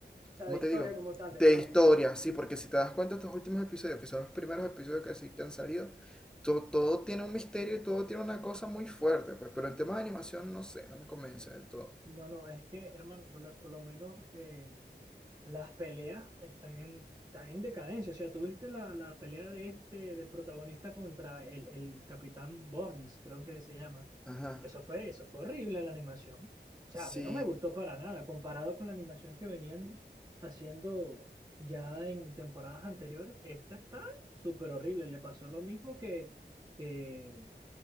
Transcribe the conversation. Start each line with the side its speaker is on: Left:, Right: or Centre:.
Right: sea,
Centre: ¿cómo
Right: de historia
Centre: te digo?
Right: como tal,
Centre: De
Right: de trama.
Centre: historia, sí, porque si te das cuenta estos últimos episodios, que son los primeros episodios que, sí, que han salido, to- todo tiene un misterio y todo tiene una cosa muy fuerte, pues, pero el tema de animación no sé, no me convence del todo.
Right: No, no, es que, hermano, por lo, por lo menos eh, las peleas están en, están en decadencia. O sea, tuviste la, la pelea de este, del protagonista contra el, el Capitán Burns, creo que se llama.
Centre: Ajá.
Right: Eso fue, eso fue horrible la animación. O sea,
Centre: Sí,
Right: a mí no me gustó para nada, comparado con la animación que venían haciendo ya en temporadas anteriores. Esta está súper horrible. Le pasó lo mismo que, que,